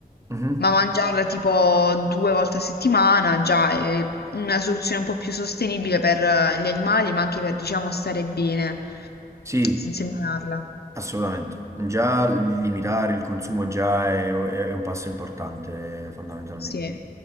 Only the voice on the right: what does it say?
Mhm.
Sì,
assolutamente. Già limitare il consumo già è, è- è un passo importante, fondamentalmente.